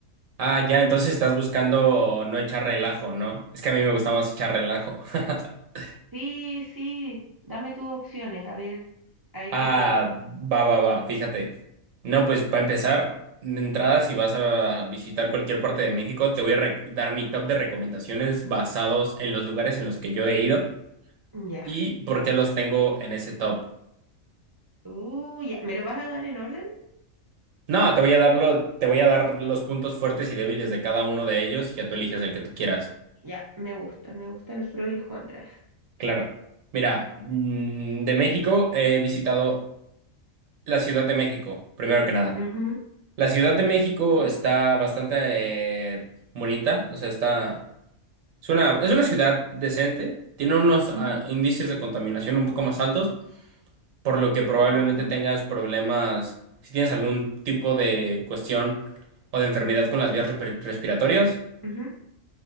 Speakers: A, on the right (about 75°); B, on the right (about 20°).
A: Ah, ya, entonces estás buscando no echar relajo, ¿no? Es que a mí me gusta más echar relajo. <laughs>
B: Sí, sí, dame tus opciones, a ver, a ver
A: Ah,
B: qué puedo hacer.
A: va, va, va, fíjate. No, pues para empezar, de entrada, si vas a visitar cualquier parte de México, te voy a re- dar mi top de recomendaciones basados en los lugares en los que yo he ido
B: Ya.
A: y por qué los tengo en ese top.
B: Uh, ya. ¿Me lo vas a dar en orden?
A: No, te voy a dar lo- te voy a dar los puntos fuertes y débiles de cada uno de ellos y ya tú eliges el que tú quieras.
B: Ya, me gusta, me gustan los pros y los contras.
A: Claro. Mira, mm, de México he visitado la Ciudad de México, primero que nada.
B: Ujú,
A: La Ciudad de México
B: ya,
A: está bastante eh, bonita, o sea, está es una, es una ciudad decente, tiene unos ah,
B: ujú,
A: índices de contaminación un poco más altos, por lo que probablemente
B: Claro.
A: tengas problemas si tienes algún tipo de cuestión o de enfermedad con las vías repe- respiratorias.
B: ujú.